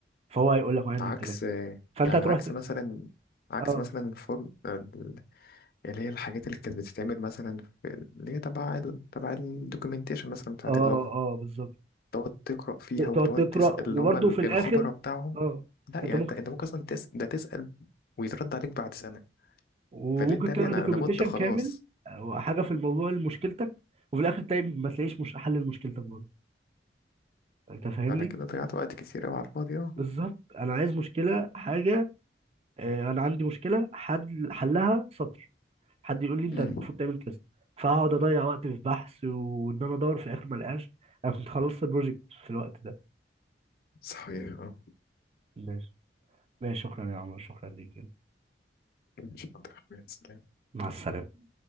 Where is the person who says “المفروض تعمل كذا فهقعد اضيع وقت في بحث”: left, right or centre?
Right